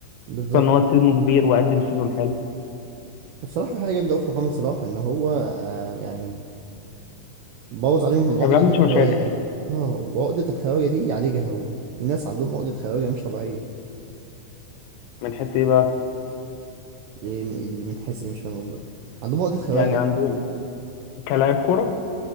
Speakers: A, on the right; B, on the left.
A: بالظبط
B: خصوصا ان هو سنه كبير وقدم سيزون حلو
A: بصراحة في حاجة جامدة أوي في محمد صلاح إن هو آه يعني بوظ عليهم عقدة
B: ما بيعملش
A: الخواجة
B: مشاكل
A: اه وعقدة الخواجة دي يعالجها هو في ناس عندهم عقدة خواجة مش طبيعية
B: من حيث ايه بقى
A: إيه م- اللي من حيث إيه مش فاهم قصدك عندهم عقدة خواجة
B: يعني عندهم كلاعب كوره